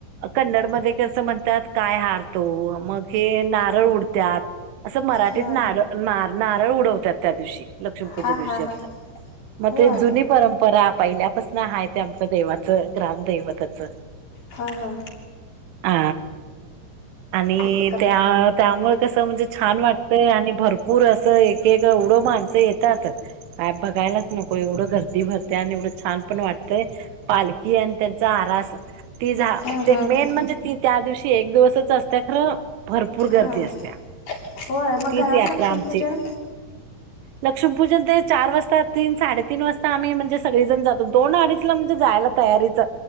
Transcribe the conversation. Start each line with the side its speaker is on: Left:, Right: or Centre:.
Right: कन्नड मध्ये कसं म्हणतात, काय हारतो मग हे नारळ उडतात. असं मराठीत
Left: हा
Right: नारळ नार नारळ उडवतात त्या दिवशी. लक्ष्मीपूजे
Left: हा
Right: दिवशी
Left: हा
Right: आमच्यात
Left: हा
Right: म
Left: होय
Right: ते जुनी परंपरा पहिल्यापासन हाय ते आमच्या देवा च ग्रामदैवताचं.
Left: हा हा.
Right: हा आणि
Left: तसं करत
Right: त्या त्यामुळ. कस म्हणजे छान वाटतंय, आणि भरपूर असं एक एक एवढं माणसं येतात काय बघा यलाच नको एवढं गर्दी भरते, आणि एवढं छान पण वाटतय. पालखी आणि त्यांचा आरास ती झा
Left: हम्म हम्म
Right: मेन म्हणजे ती त्या दिवशी एक दिवसच असते खरं भरपूर गर्दी
Left: हा
Right: असत्या.
Left: होय मग
Right: तीच
Left: घरात
Right: यात्रा
Left: लक्ष्मीपूजन.
Right: आमची लक्ष्मीपूजन ते चार वाजता, तीन साडेतीन वाजता आम्ही म्हणजे सगळी जण जातो दोन अडीचला जायला तयारीच